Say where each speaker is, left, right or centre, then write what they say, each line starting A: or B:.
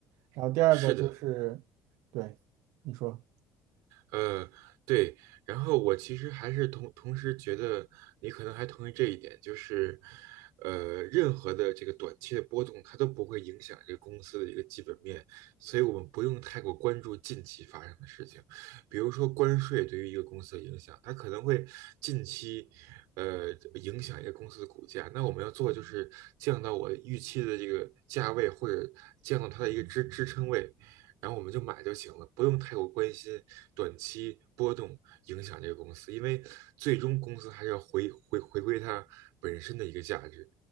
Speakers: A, on the right (about 70°); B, on the right (about 80°).
A: 然后第二个就是，
B: 是的。
A: 对，你说。
B: 呃，对，然后我其实还是同同时觉得你可能还同意这一点，就是，呃，任何的这个短期的波动，它都不会影响这个公司的一个基本面，所以我们不用太过关注近期发生的事情，比如说关税对于一个公司的影响，它可能会近期，呃，影响一个公司的股价，那我们要做的就是降到我预期的这个价位，或者降到它的一个支支撑位。然后我们就买就行了，不用太过关心短期波动影响这个公司，因为最终公司还是要回回回归它本身的一个价值。